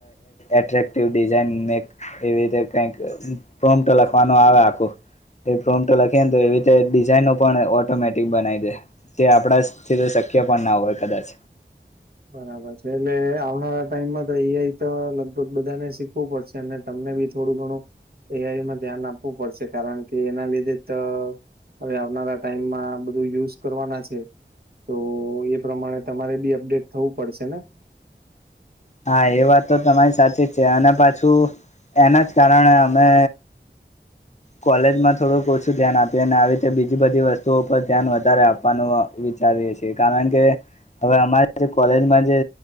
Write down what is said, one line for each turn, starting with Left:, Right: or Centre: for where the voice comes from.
Left: અત્તરકટીવ ડિઝઇન મે એવી રીતે કઈક પ્રોમ્પ્ટ લખવાનું આવે આખું એ પ્રોમટો લખીએ ને તો એવી રીતે ડિઝાઇનો પણ ઓટોમેટિક બનાઈ દે. તે આપણાથી તો શક્ય પણ ના હોય કદાચ.
Right: બરાબર છે. એટલે આવનારા ટાઈમમાં તો એ આઈ તો લગભગ બધાને શીખવું પડશે. એમને તમને બી થોડું ઘણું એ આઈ માં ધ્યાન આપવું પડશે કારણ કે એના લીધે તો હવે આવનારા ટાઈમમાં બધું યુઝ કરવાના છે. તો એ પ્રમાણે તમારે બી અપડેટ થવું પડશે ને?
Left: હા, એ વાત તો તમારી સાચી જ છે અને પાછું એના જ કારણે અમે કોલેજમાં થોડુંક ઓછું ધ્યાન આપી અને આવી રીતે બીજી બધી વસ્તુઓ પર ધ્યાન વધારે આપ વાનું વિચારીએ છીએ કારણ કે હવે અમારે જે કોલેજમાં જે